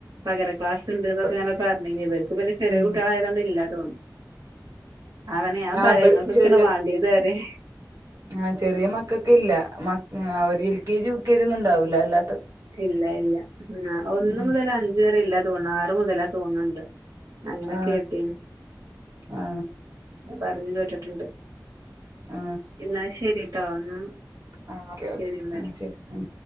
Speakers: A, on the right (about 70°); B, on the right (about 50°).
A: പകര ക്ലാസുണ്ട് എന്നൊക്കെ
B: അപ്പൊ
A: അങ്ങനെ പറഞ്ഞ ഇവർക്ക് പിന്നെ ചെറിയ
B: ഉം
A: കുട്ടികളായതുകൊണ്ട് ഇല്ലാ തോന്നുന്നു അവനെ ഞാൻ
B: ആ
A: പറയങ്ങൾക്കെ
B: ചെറിയ
A: ക്കെയല്ലേ വേണ്ടിയത് റിയാ
B: ആ ചെറിയ മക്കൊക്കെ ഇല്ല മ അവര് L K G U K G ഒന്നും ഉണ്ടാവില്ല അല്ല
A: ഇല്ല ഇല്ല ഒന്ന്
B: ഉം
A: മുതല് അഞ്ച് വരെ ഇല്ല തോന്ന്ണ് ആറ് മുതലാ തോന്ന്ണ്ട് അങ്ങനെ
B: ആ
A: കേട്ടീന്
B: ആ
A: പറഞ്ഞു കേട്ടിട്ടുണ്ട്
B: ആ
A: എന്നാൽ ശരിട്ടോ എന്നാ
B: ആ ഓക്കെ ഓക്കെ
A: ശരി ന്നാല്
B: ആ ശരി ഉം